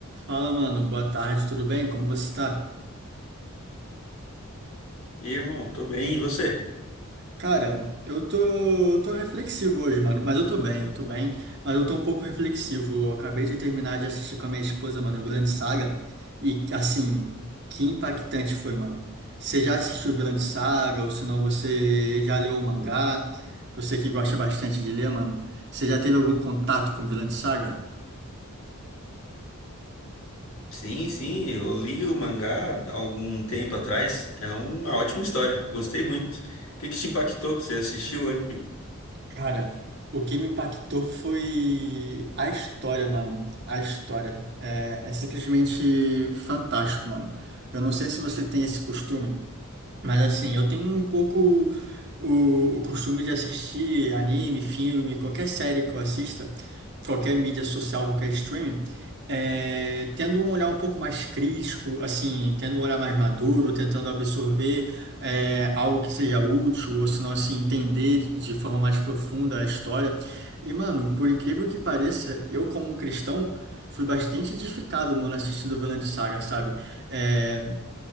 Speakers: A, on the right; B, on the left.
A: Fala, mano. Boa tarde, tudo bem? Como você tá?
B: E, aí, irmão, tô bem, e você?
A: Cara, eu tô, tô reflexivo hoje, mano. Mas eu tô bem, eu tô bem. Mas eu tô um pouco reflexivo. Eu acabei de terminar de assistir com a minha esposa, mano, Vinland Saga. E, assim, que impactante foi, mano. Você já assistiu Vinland Saga? Ou se não, você já leu o mangá? Você que gosta bastante de ler, mano. Você já teve algum contato com Vinland Saga?
B: Sim, sim, eu li o mangá há algum tempo atrás. É uma ótima história, gostei muito. O que que te impactou que você assistiu o anime?
A: Cara, o que me impactou foi a história, mano. A história. É, é simplesmente fantástico, mano. Eu não sei se você tem esse costume. Mas assim, eu tenho um pouco o, o costume de assistir anime, filme, qualquer série que eu assista, qualquer mídia social, qualquer streaming, eh, tendo um olhar um pouco mais crítico, assim, tendo um olhar mais maduro, tentando absorver eh, algo que seja útil, ou se não, assim, entender de de forma mais profunda a história. E, mano, por incrível que pareça, eu como um cristão, fui bastante edificado, mano, assistindo Vinland Saga, sabe? É,